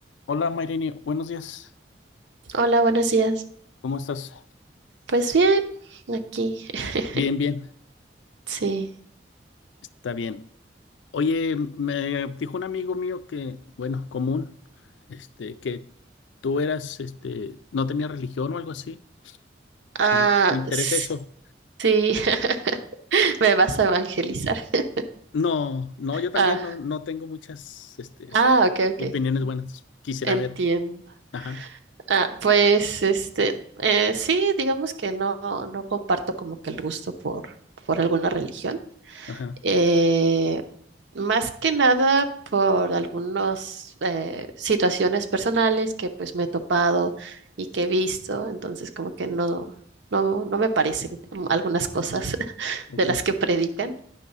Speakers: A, on the left (about 85°); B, on the right (about 75°).
A: Hola Maireni, buenos días.
B: Hola, buenos días.
A: ¿Cómo estás?
B: Pues bien, aquí. <laughs>
A: Bien, bien,
B: Sí.
A: está bien. Oye, me dijo un amigo mío que, bueno, común, este, que tú eras, este, no tenías religión o algo así.
B: Ah,
A: Me, me interesa
B: s-
A: eso.
B: sí. <laughs> Me vas a evangelizar. <laughs>
A: No, no, yo también
B: Ah,
A: no, no tengo muchas, este,
B: ah, ok, ok.
A: opiniones buenas. Quisiera
B: Entiendo.
A: ver. Ajá,
B: Ah, pues este, eh, sí, digamos que no, no comparto como que el gusto por, por alguna religión.
A: ajá,
B: eh, más que nada por algunas situaciones personales que pues me he topado y que he visto, entonces como que no, no, no me parecen algunas cosas <laughs>
A: ok.
B: de las que predican.